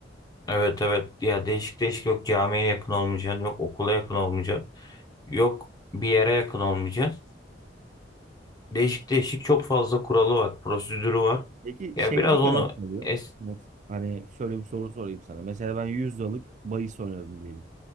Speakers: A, on the left (about 20°); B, on the right (about 40°).
A: Evet evet. Ya değişik değişik yok. Camiye yakın olmayacaksın. Yok okula yakın olmayacaksın. Yok bir yere yakın olmayacaksın. Değişik değişik çok fazla kuralı var, prosedürü var.
B: Peki
A: Ya
B: şey
A: biraz
B: ne kadar
A: onu
B: kalıyor?
A: es
B: Mes- Hani şöyle bir soru sorayım sana. Mesela ben 100 liralık bahis oynadım diyelim.